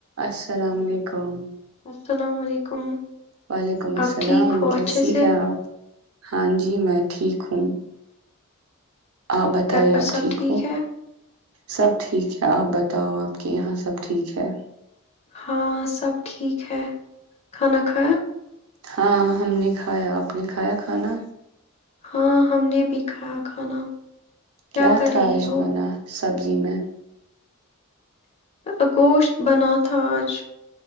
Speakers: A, on the right; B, on the left.
A: السلام علیکم
B: السلام علیکم
A: وعلیکم السلام
B: آپ ٹھیک ہو اچھے
A: کیسی
B: سے
A: ہیں آپ ہاں جی میں ٹھیک ہوں آپ بتائیے
B: گھر پر
A: آپ
B: سب
A: ٹھیک ہو
B: ہے
A: سب ٹھیک ہے آپ ب بتاؤ آپ کے یہاں سب ٹھیک ہے
B: ہاں سب ٹھیک ہے کھانا کھایا
A: ہاں ہم نے کھایا آپ نے کھایا کھانا
B: ہاں ہم نے بھی کھایا کھانا
A: کیا
B: کر
A: تھااش
B: رہی ہو
A: ب نا سبزی میں
B: ا گوشت بنا تھا آج